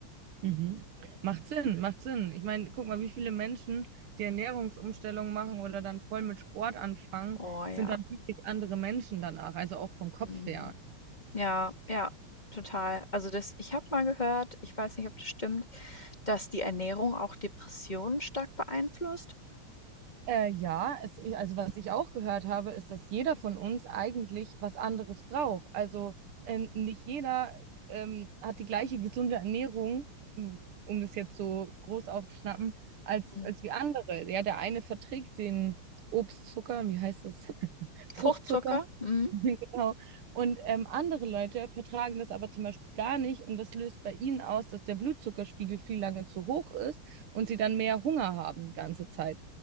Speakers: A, on the right (about 80°); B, on the left (about 20°).
A: Mhm. Macht Sinn, macht Sinn. Ich meine, guck mal, wie viele Menschen die Ernährungsumstellung machen oder dann voll mit Sport anfangen,
B: Oh ja.
A: sind dann wirklich andere Menschen danach, also auch vom Kopf
B: Mm.
A: her.
B: Ja, ja, total. Also das, ich habe mal gehört, ich weiß nicht, ob das stimmt, dass die Ernährung auch Depressionen stark beeinflusst.
A: Äh, ja, es, also was ich auch gehört habe, ist, dass jeder von uns eigentlich was anderes braucht. Also äh, nicht jeder ähm, hat die gleiche gesunde Ernährung, m, um das jetzt so groß aufzuschnappen, als,
B: Mhm.
A: als wie andere. Ja, der eine verträgt den Obstzucker, wie heißt es? <laughs> Fruchtzucker.
B: Fruchtzucker.
A: <laughs>
B: Mhm.
A: Genau. Und ähm, andere Leute vertragen das aber zum Beispiel gar nicht und das löst bei ihnen aus, dass der Blutzuckerspiegel viel lange zu hoch ist und sie dann mehr Hunger haben die ganze Zeit.